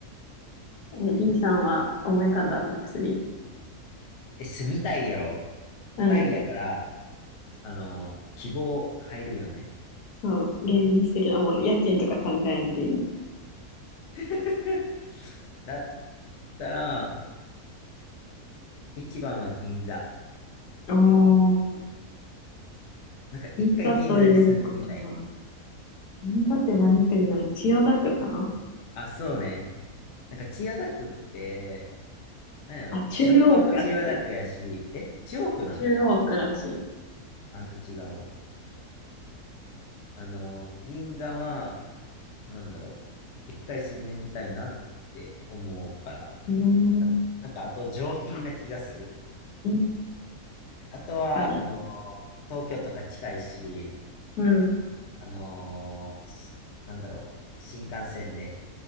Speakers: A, on the left (about 80°); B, on the left (about 50°).
A: え、
B: え、
A: B さんは思い浮かんだトップ3。
B: え住みたいやろ
A: うん。
B: タイやから、あの、希望入るよね。
A: そう。現実的な、もう家賃とか考えんでいい。
B: <laughs> だったら、一番は銀座。
A: おー。
B: なんか一回銀座に住んでみたい。
A: 銀座ということは、銀座って何区になる千代田区かな
B: あ、そうね。なんか千代田区って、なんやろ、
A: あ、中央区やって。
B: 職場も千代田田区やし、え、千代区なん
A: 中央区らしい。う
B: あ、じゃあ違うわ。あの、銀座は、なんだろう、一回住んでみたいなって思うから、
A: ーん、
B: あ、なんかあと上品な気がする。
A: うん、
B: あとは、
A: 確かに。
B: あの、東京とか近いし、
A: うん。
B: あの、しなんだろう、新幹線で